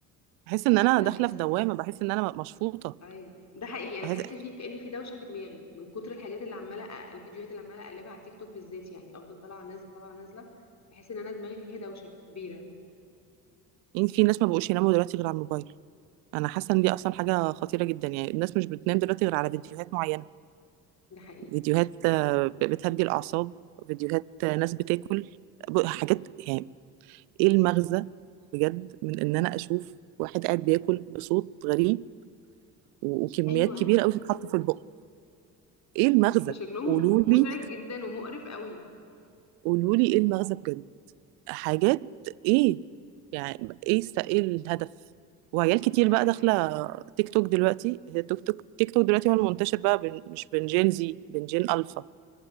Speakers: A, on the right; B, on the left.
A: باحس إن أنا
B: انا
A: داخلة
B: بحس
A: في دوّامة، باحس إن أنا م مشفوطة.
B: ايوه ده حقيقي انا
A: بحيث
B: بحس فيه كأن في دوشه في دماغي من كتر الحاجات اللي عماله أ- الفيديوهات اللي عماله اقلبها على تيك توك بالذات يعني افضل طالعه نازله طالعه نازله بحس ان انا دماغي فيها دوشه كبيره
A: يعني في ناس ما بقوش يناموا دلوقتي غير على الموبايل انا حاسه ان دي اصلا حاجه خطيره جدا يعني الناس مش بتنام دلوقتي غير على فيديوهات معينه
B: ده حقيقي
A: فيديوهات
B: ده
A: آه،
B: حقيقي
A: ب- بتهدي الاعصاب فيديوهات آه، ناس بتاكل ب- حاجات يعني ايه المغزى بجد من ان انا اشوف واحد قاعد بياكل بصوت غريب و- وكميات
B: ايوه
A: كبيره
B: يا
A: قوي
B: لهوي
A: تتحط في البق ايه المغزى
B: <laughs> شكلهم
A: قولوا لي
B: مزعج جدا ومقرف قوي
A: قولوا لي ايه المغزى بجد حاجات ايه يعني ايه است- ايه الهدف وعيال كتير
B: ولا
A: بقى
B: اي
A: داخله
B: حاجه
A: تيك توك دلوقتي هي تيك توك تيك توك دلوقتي هو المنتشر بقى بين مش بين جين زي بين جين الفا